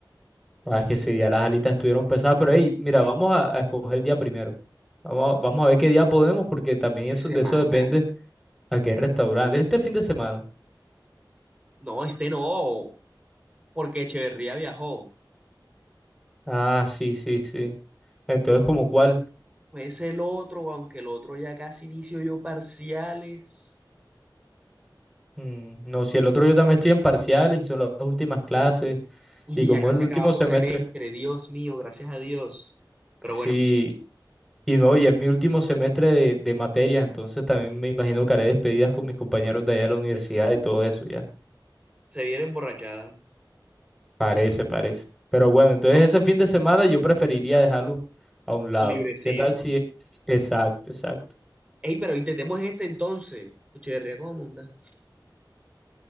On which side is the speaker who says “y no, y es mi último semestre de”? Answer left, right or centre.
Centre